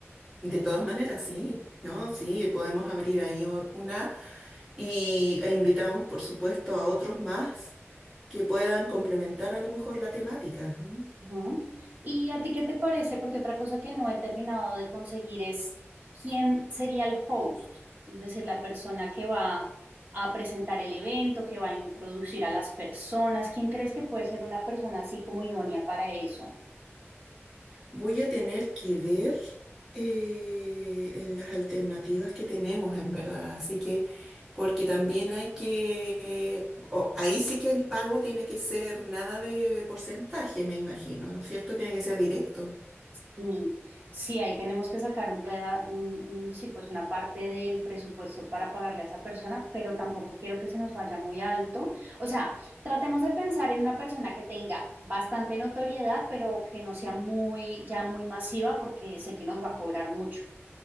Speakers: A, on the right; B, on the right.
A: De todas maneras, sí, ¿no? Sí, podemos abrir ahí u- una y, e invitamos, por supuesto, a otros más que puedan complementar a lo mejor la temática. ¿m?
B: Ujú. ¿Y a ti qué te parece? Porque otra cosa que no he terminado de conseguir es quién sería el host, es decir, la persona que va a presentar el evento, que va a introducir a las personas. ¿Quién crees que puede ser una persona así como idónea para eso?
A: Voy a tener que ver eh, en las alternativas que tenemos, en verdad. Así que, porque también hay que, eh, o- ahí sí que el pago tiene que ser nada de porcentaje, me imagino, ¿no es cierto? Tiene que ser directo.
B: Y sí, ahí tenemos que sacar un peda- un, un- sí, pues una parte del presupuesto para pagarle a esa persona, pero tampoco quiero que se nos vaya muy alto. O sea, tratemos de pensar en una persona que tenga bastante notoriedad, pero que no sea muy, ya muy masiva, porque sé que nos va a cobrar mucho.